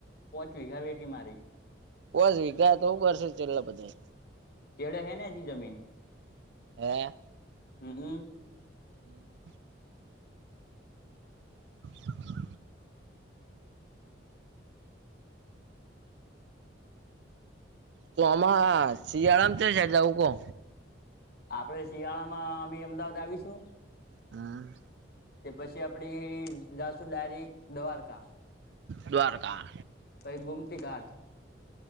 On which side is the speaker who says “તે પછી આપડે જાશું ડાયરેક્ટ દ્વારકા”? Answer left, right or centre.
Left